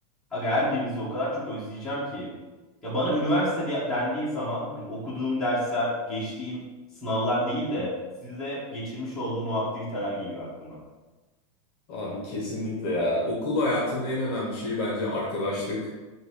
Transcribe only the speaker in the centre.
Aga her birinizi o kadar çok özleyeceğim ki. Ya bana üniversite de- dendiği zaman hani okuduğum dersler, geçtiğim sınavlar değil de sizle geçirmiş olduğum o aktiviteler geliyor aklıma.